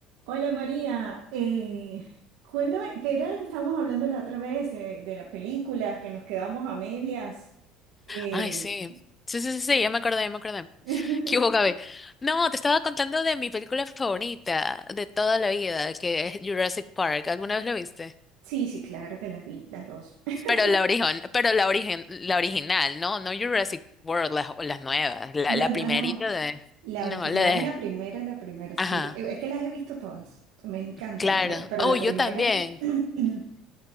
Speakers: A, on the right (about 85°); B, on the left (about 20°).
A: Hola María, eh, cuéntame, ¿qué era lo que estábamos hablando la otra vez eh, de las películas que nos quedamos a medias? Eh,
B: Ay, sí. Sí, sí, sí, sí, ya me acordé, ya me acordé.
A: <laughs>
B: ¿Qué hubo, Gaby? No, te estaba contando de mi película favorita de toda la vida, que es Jurassic Park. ¿Alguna vez lo viste?
A: sí, sí, claro que las vi, las dos. <laughs>
B: Pero la origen, pero la origen, la original, ¿no? No Jurassic World, las, las nuevas. La,
A: No,
B: la
A: no,
B: primerita
A: no,
B: de.
A: la
B: No,
A: original,
B: la de.
A: la primera, la primera, sí,
B: Ajá,
A: Eh, es que las he visto todas, me encantan,
B: claro.
A: la- pero
B: Oh,
A: la
B: yo
A: primera...
B: también.
A: <laughs>